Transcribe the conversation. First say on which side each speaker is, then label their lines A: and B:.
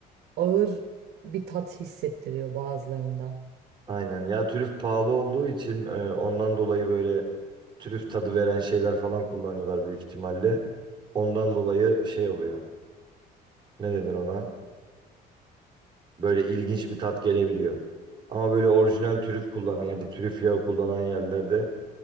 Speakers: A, on the right; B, on the right.
A: ağır bir tat hissettiriyor bazılarında.
B: Aynen ya trüf pahalı olduğu için e, ondan dolayı böyle trüf tadı veren şeyler falan kullanıyorlar büyük ihtimalle. Ondan dolayı şey oluyor. Ne denir ona? Böyle ilginç bir tat gelebiliyor. Ama böyle orijinal trüf kullanan ya da trüf yağı kullanan yerlerde